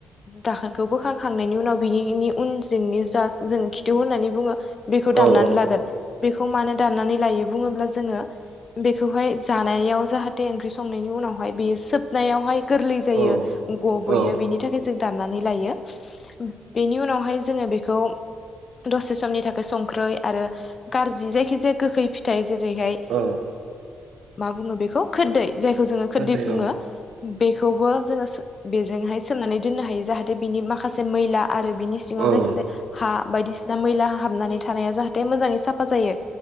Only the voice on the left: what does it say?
दाखोनखौ बो खालामनायनि उनाव बिनिनि उन जोंनि जा जों खिथिउ होननानै बुङो। बेखौ दामनानै
लागोन बेखौ मानो दामनानै लायो बुङोब्ला जोङो बेखौहाय जानायाव जाहाथे ओंख्रि संनायनि उनावहाय बेयो सोबनायावहाय गोरलै जायो
गब'यो
बेनि थाखाय जों दाननानै लायो बेनि उनावहाय जोङो बेखौ दसे समनि थाखाय संख्रै आरो गाज्रि जायखिजाया गोखै फिथाइ जेरैहाय
मा बुङो बेखौ खोदै जायखौ जोङो खोरदै
बुङो बेखौ खौबो जोङो बेजोंहाय सोमनानै दोननो हायो जाहाथे बिनि माखासे मैला आरो बिनि सिङाव
जायखिजाया हा बायदिसिना मैला हाबनानै थानाया जाहाथे मोजाङै साफा जायो